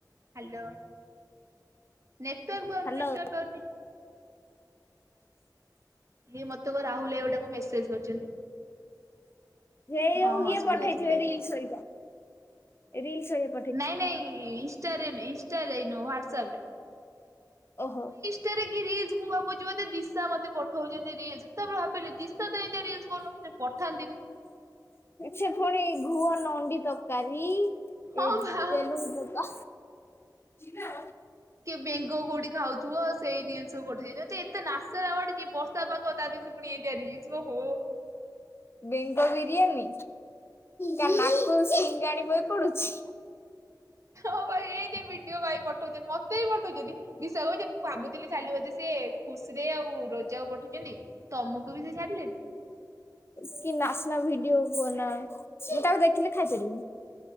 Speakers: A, on the right; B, on the left.
A: ହାଲୋ ନେଟୱର୍କ ପାଉନି
B: ହାଲୋ
A: ନେଟୱର୍କ ପାଉନି। ହେ ମତେ କଣ ରାହୁଲ ଏଇଗୋଟେ ମେସେଯେ କରିଛନ୍ତି।
B: ହେ ଯଉ
A: ହଁ ହଁ
B: ଇଏ
A: ଶୁଭିଲା
B: ପଠେଇଥିବେ
A: ଶୁଭିଲା ଏବେ।
B: ରିଲ୍ସ ହେରିକା ରିଲ୍ସ ହେରିକା।
A: ନାଇଁ ନାଇଁ ଇନଷ୍ଟାରେ ଇନଷ୍ଟାରେ ହ୍ଵାଟସପ ରେ।
B: ଓହୋ।
A: ଟା ରେ କି ରିଲ୍ସ ମୁଁ ଭାବୁଛି ମତେ ଦିଶା ମତେ ପଠଉଛନ୍ତି ରିଲ୍ସ। ସେତ ବେଳେ ଭାବିଲି ଦିଶା ତ ଏମିତି ରିଲ୍ସ କଉଦିନ ଏମିତି ମୋତେ ପଠାନ୍ତିନି।
B: ସେ ପୁଣି ଘୁଅ ନଣ୍ଡି ତରକାରୀ
A: ହଁ
B: ଏଇ
A: ବା ହଁ
B: ତେଲୁଗୁଣି
A: ବା।
B: ପୋକ ଛିଲୋ।
A: କିଏ ବେଙ୍ଗୋ କୋଉଠି ଖାଉଥିବ ସେଇ ରିଲ୍ସ ସବୁ ପଠଉଛନ୍ତି ଏତେ ନାଶନା ମାଡୁଚି ଏ ବର୍ଷା ପାାଗ ତା ପି ପୁଣି ଏତିଆ ରିଲ୍ସ ଓହ।
B: ବେଙ୍ଗ ବିରିୟାନୀ ତା ନାକ ରୁ ସିଙ୍ଗାଣି ବହି ପଡୁଛି।
A: ହଁ ଭାଇ ଏ ଯେ ବିଡିଓ ଭାଇ ପଠଉଛନ୍ତି ମତେ ବି ପଠଉଛନ୍ତି ବିଶା କହୁଛନ୍ତି। ମୁଁ ଭାବୁଥିଲି ଖାଲି ବୋଧେ ସିଏ ଖୁସିରେ ଆଉ ରଜାକୁ ପଠଉଛନ୍ତି ତମକୁ ବି ସେ ସାରିଲେନି।
B: କି ନାଚନା ଭିଡିଓ କୁହନା ମୁଁ ତାକୁ ଦେଖିଲେ ଖାଇପାରିବିନି।